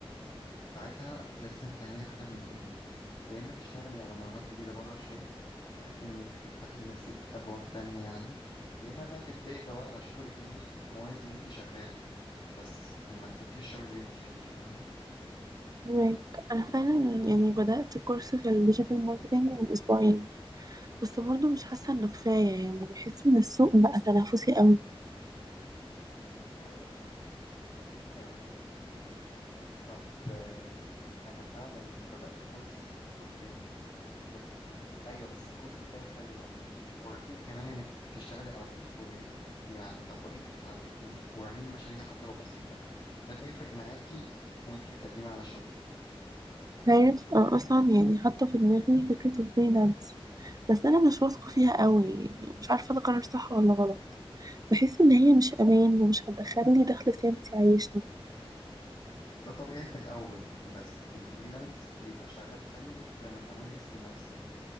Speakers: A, on the left (about 55°); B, on the right (about 40°).
A: ساعتها لازم تعملي حاجة من اتنين يا إما تشتغلي على مهارات جديدة بره الشغل بحيث إنك تفتحي لنفسك أبواب تانية يعني يا إما بقى تبدأي تدوري على شغل تاني موازي وإنتي شغالة بس ما تسيبيش الشغل اللي إنتي فيه فاهمة؟
B: انا فاهمك. أنا فعلا يعني بدات كورس في الديجيتال ماركتينج من اسبوعين بس برضه مش حاسه انه كفايه يعني بحس ان السوق بقى تنافسي قوي
A: ايوه فاهمك آه طب آه انا فعلا بدأت كورس اوكي بس ايوه بس الكورس بداية حلوة وركزي كمان إنك تشتغلي على بورتفوليو يعني طبقي اللي بتتعلميه واعملي مشاريع حتى لو بسيطة ده بيفرق معاكي وإنتي بتقدمي على شغل
B: عارف أنا اصلا يعني حاطه في دماغي فكره الفريلانس بس انا مش واثقه فيها قوي يعني مش عارفه ده قرار صح ولا غلط بحس ان هي مش امان ومش هتدخل لي دخل ثابت يعيشني
A: ده طبيعي في الأول بس الفريلانس بيبقى شغال حلو لما تعملي اسم لنفسك